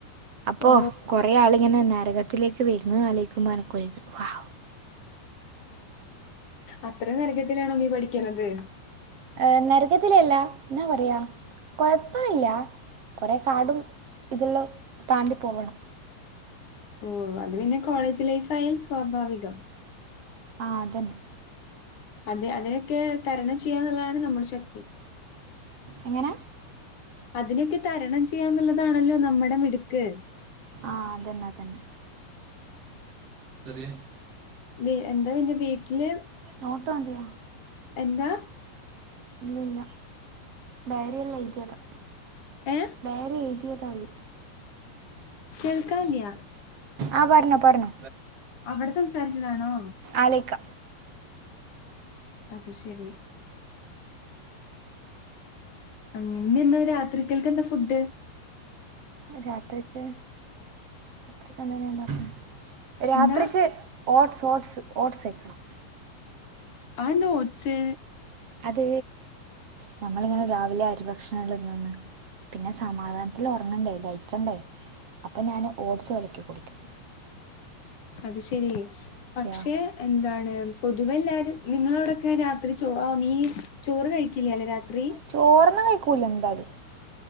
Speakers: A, on the right; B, on the left.
A: അപ്പോ
B: ഓ
A: കൊറേ ആളിങ്ങനെ നരകത്തിലേക്ക് വരുന്ന ആലോചിക്കുമ്പൊ അനക്കൊരുത് വാ
B: അത്രയും നരകത്തിലാണോ നീ പഠിക്ക്ണത്
A: ഏ നരകത്തിലല്ല എന്നാ പറയാ കൊഴപ്പം ഇല്ല കുറേ കാടും ഇതല്ലാം താണ്ടി പോകണം
B: ഓ അത് പിന്നെ കോളേജ് ലൈഫായാൽ സ്വാഭാവികം
A: ആ അതന്നെ
B: അത് അതിനൊക്കെ തരണം ചെയ്യാന്നുള്ളതാണ് നമ്മുടെ ശക്തി
A: എങ്ങനെ
B: അതിനൊക്കെ തരണം ചെയ്യാന്നുള്ളതാണല്ലോ നമ്മുടെ മിടുക്ക്
A: ആഹ് അതന്നെഅതന്നെ <unintelligible>
B: വ എന്താ പിന്നെ വീട്ടില്
A: നോട്ട് മതിയോ
B: എന്താ
A: ഇല്ല ഇല്ല വേറെയല്ല എയ്തിയത്
B: ഏ
A: വേറെ എയ്തിയതാണ്
B: കേൾക്കാൻല്യാ
A: ആഹ് പറഞ്ഞോ പറഞ്ഞോ
B: അവിടെ സംസാരിച്ചതാണോ
A: ആലോയ്ക്ക
B: അത് ശരി അങ്ങന്ന രാത്രി കേൽക്ക് എന്താ ഫുഡ്
A: രാത്രിക്ക് രാത്രിക്ക് ഞാൻ പറഞ്ഞ രാത്രിക്ക്
B: എന്താ
A: ഓട്സ് ഓട്സ് ഓട്സ് വയ്ക്കണം
B: അതെന്താ ഓട്സ്
A: അത് ഞമ്മളിങ്ങനെ രാവിലെ അരി ഭക്ഷണല്ലാം തിന്ന് പിന്നെ സമാധാനത്തിൽ ഉറങ്ങണ്ടേ ദയ്ക്കണ്ടേ അപ്പൊ ഞാൻ ഓട്സ് കലക്കി കുടിക്കും
B: അത് ശരി പക്ഷെ
A: യാ
B: എന്താണ് പൊതുവെ എല്ലാരും നിങ്ങളോടൊക്കെ രാത്രി ചോ നീ ചോറ് കഴിക്കില്ലല്ലേ രാത്രി
A: ചോറൊന്നും കഴിക്കൂല എന്താലും